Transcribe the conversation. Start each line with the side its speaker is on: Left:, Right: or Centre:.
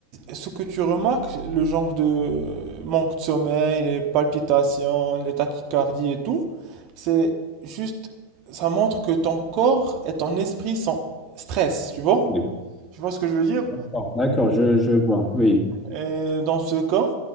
Right: ce que tu remarques, le genre de manque de sommeil, les palpitations, les tachycardies et tout, c'est juste, ça montre que ton corps et ton esprit sont stress, tu vois?
Left: Oui.
Right: Tu vois ce que je veux dire?
Left: D'accord, d'accord, je, je vois. Oui.
Right: Et dans ce cas,